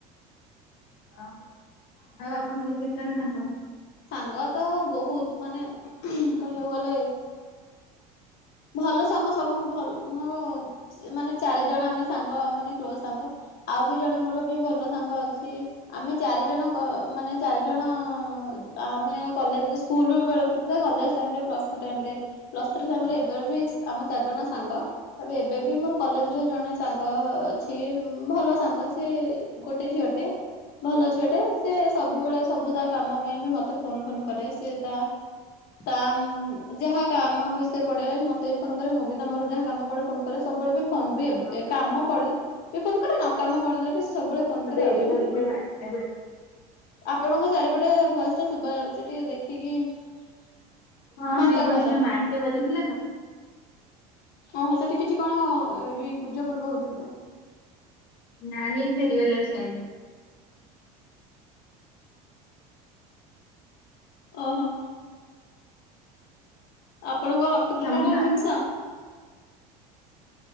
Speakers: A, on the left; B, on the left.
A: ଓହୋ। ଆଉ ଆପଣଙ୍କର କେତେ ଜଣ ସାଙ୍ଗ?
B: ସାଙ୍ଗ ତ ବୋହୁତ୍ ମାନେ କହିବାକୁ ଗଲେ ଭଲ ସାଙ୍ଗ ସବୁ ଭଲ ମୋର ମାନେ ଚାରି ଜଣ ଆମେ ସାଙ୍ଗ ମାନେ କ୍ଲୋଜ ସାଙ୍ଗ। ଆଉ ବି ଜଣେ ମୋର ବି ଭଲ ସାଙ୍ଗ ଅଛି। ଆମେ ଚାରିଜଣ ମାନେ ଚାରିଜଣ ଆମେ କଲେଜ ସ୍କୁଲ ବେଳେ ଉଠୁ କଲେଜ ଟାଇମ୍ରେ ପ୍ଲସ୍ ଟ ଟାଇମ୍ ରେ, ପ୍ଲଷ୍ ଥ୍ରୀ ଟାଇମ୍ ରେ ଏବେ ବି ଆମେ ଚାରି ଜଣ ସାଙ୍ଗ। ତାପ ଏବେ ବି ମୋର କଲେଜରେ ଜଣେ ସାଙ୍ଗ ଅଛି ଭଲ ସାଙ୍ଗ ସେ ଗୋଟେ ଝିଅଟେ ଭଲ ଝିଅଟେ। ସିଏ ସବୁବେଳେ ସବୁ ତା କାମ ପାଇଁ ବି ମତେ ଫୋନ ଫୋନ କରେ। ସିଏ ତା ତାମ୍ ଯାହା କାମ ବି ସେ ପଡେ ମ ତେ ବି ଫୋନ କରେ। ମୁଁ ବି ମୋର ଯାହା କାମ ପଡେ ଫୋନ କରେ, ସବୁବେଳେ ବି ଫୋନ ବି ଏବେ
A: ହଁ
B: କାମ ପଡିଲ ବି ଫୋନ କରେ ନ କାମ ପଡ଼ିଲେ ବି ସବୁବେଳେ ଫୋନ କରେ ଆଉ।
A: <unintelligible>
B: ଏମିତି ଆପଣଙ୍କ ଚାରିପଟେ ବୟସ ଟା ଶୁଭ ଯାଉଛି ଟିକେ ଦେଖ ରଖିକି
A: ହଁ
B: ଫାଙ୍କା
A: ଏଇପଟେ
B: କୁ ଆସନ୍ତୁ।
A: ଯୋଉ ମାଇକ୍ ଟେ ବାଜୁଥିଲା ତ
B: ଓହୋ ସେଠି କିଛି କଣ ଏ ଯଉ ପୂଜା ପର୍ବ ହଉଛି ବୋଧେ
A: ନାଇଁ ଫେରି ବାଲା ବି କାଇଁ?
B: ଓହୋ। ଆପଣଙ୍କ ରଖୁଥିଲେ
A: ସବୁ
B: ନା କଣ
A: ଡ
B: ଜିନିଷ?